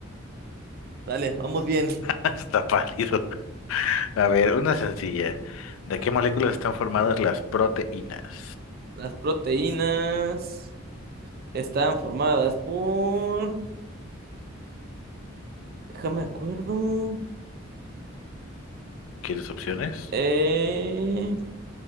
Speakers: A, on the right; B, on the left.
A: Dale, vamos bien.
B: Está pálido. A ver, una sencilla. ¿De qué moléculas están formadas las proteínas?
A: Las proteínas están formadas por... Déjame acuerdo.
B: ¿Quieres opciones?
A: Eh,